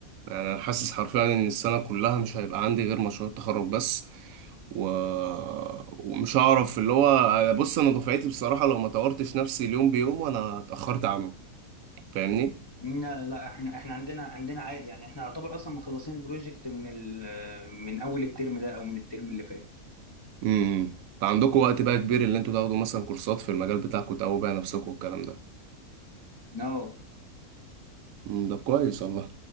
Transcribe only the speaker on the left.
لا لا احنا احنا عندنا عندنا عادي يعني احنا يعتبر اصلا مخلصين البروجكت من ال من اول الترم ده او من الترم اللي فات
no.